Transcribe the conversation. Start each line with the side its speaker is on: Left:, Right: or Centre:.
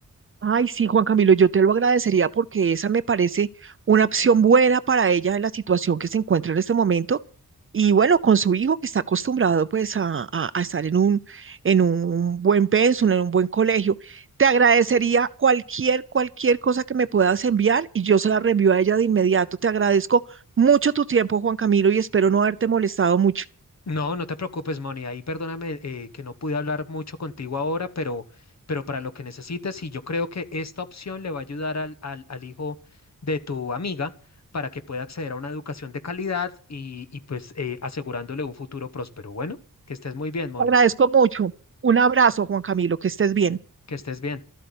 Right: Ay, sí, Juan Camilo, yo te lo agradecería porque esa me parece una opción buena para ella en la situación que se encuentra en este momento. Y bueno, con su hijo que está acostumbrado pues a, a- a estar en un, en un buen pensum, en un buen colegio. Te agradecería cualquier, cualquier cosa que me puedas enviar y yo se la reenvío a ella de inmediato. Te agradezco mucho tu tiempo, Juan Camilo, y espero no haberte molestado mucho.
Left: No, no te preocupes, Moni. Ahí perdóname eh, que no pude hablar mucho contigo ahora, pero, pero para lo que necesites, y yo creo que esta opción le va a ayudar al, al, al hijo de tu amiga para que pueda acceder a una educación de calidad y, y pues eh, asegurándole un futuro próspero. Bueno, que estés muy bien, Moni.
Right: Te agradezco mucho. Un abrazo, Juan Camilo, que estés bien.
Left: Que estés bien.